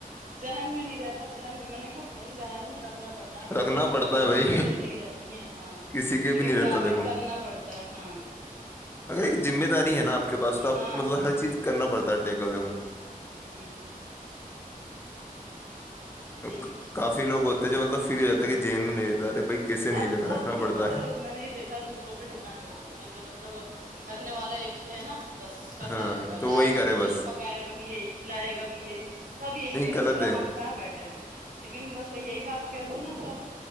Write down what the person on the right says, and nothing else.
ذہن میں نہیں رہتا ذہن میں میں نے کہ بھائی ذہن میں رکھنا پڑتا ہے ہمارے
بھی ذہن
میں بہت
ساری چیزیں نہیں رہتی ہیں ہاں
لیکن
کیا کریں
کرنا پڑتا ہے ہاں
ہاں
ہاں
ہوں
جی
اب
بہت
سے لوگ
پتہ
میں نہیں دیکھتی دوسروں پہ ڈیپینڈ ہو جاتے ہیں کہ مطلب کرنے والا ایک ہے ہے نا بس
کرتا
رہے گا لائے
گا
بھی یہی
پکائے گا بھی یہی کھلائے گا بھی یہی سب یہی
کرے
گا ب
ہم کہاں بیٹھے رہے ہیں لیکن بس بائی یہی بات کہہ دو نا سب